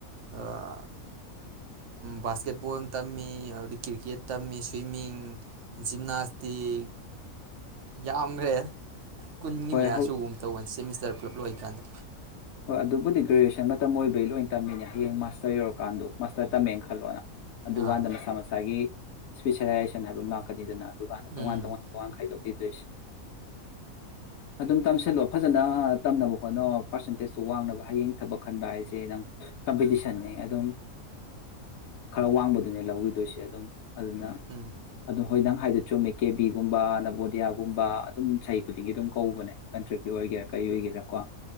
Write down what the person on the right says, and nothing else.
ꯑ ꯕꯥꯁꯀꯦꯠꯕꯣꯜ ꯇꯝꯃꯤ ꯑꯗꯨꯗꯤ ꯀ꯭ꯔꯤꯀꯦꯠ ꯇꯝꯃꯤ ꯁ꯭ꯋꯤꯃꯤꯡ ꯖꯤꯝꯅꯥꯁꯇꯤꯛ ꯌꯥꯝꯈ꯭ꯔꯦ ꯀꯨꯟꯒꯤ
ꯃꯌꯥꯁꯨꯒꯨꯝ
ꯇꯧꯒꯅꯤ ꯁꯤꯃꯤꯁꯇꯔ ꯄꯨꯜꯂꯞ ꯂꯣꯏꯀꯥꯟꯗ
ꯑꯥ
ꯎꯝ
ꯎꯝ